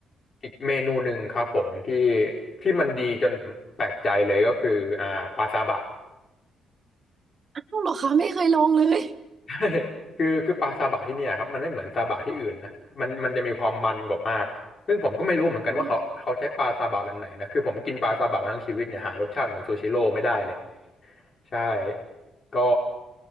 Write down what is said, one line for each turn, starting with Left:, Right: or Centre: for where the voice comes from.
Left: อีกเมนูหนึ่งครับผมที่ที่มันดีจนผมแปลกใจเลยก็คืออ่าปลาซาบะ
Right: อ้าวเหรอคะไม่เคยลองเลย
Left: <laughs> ใช่คือคือปลาซาบะที่เนี่ยครับมันไม่เหมือนซาบะที่อื่นนะมันมันจะมีความมันกว่ามากซึ่งผมก็ไม่รู้เหมือนกันว่าเขาเขาใช้ปลาซาบะแบบไหนนะคือผมกินปลาซาบะมาทั้งชีวิตเนี่ยหารสชาติเหมือนซูชิโร่ไม่ได้เลย
Right: อืม
Left: ใช่ก็